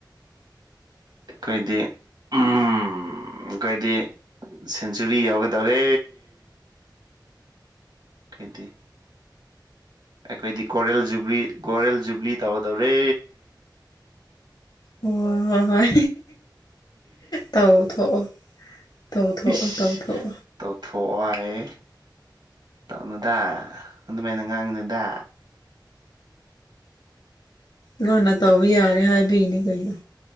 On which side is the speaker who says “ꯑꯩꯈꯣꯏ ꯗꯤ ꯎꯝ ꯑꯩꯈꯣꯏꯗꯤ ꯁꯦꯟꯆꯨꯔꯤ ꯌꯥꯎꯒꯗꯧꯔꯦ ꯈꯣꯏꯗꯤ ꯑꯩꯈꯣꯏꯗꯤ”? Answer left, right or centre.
Right